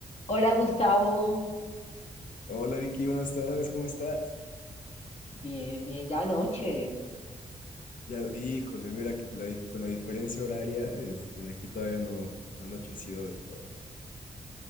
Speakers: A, on the left (about 50°); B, on the left (about 80°).
A: Hola Gustavo,
B: Hola Vicky, buenas tardes, ¿cómo estás?
A: bien, bien, ya noche.
B: Ya, híjole, mira que la dif- con la diferencia horaria, este, aquí todavía no, no ha anochecido del todo.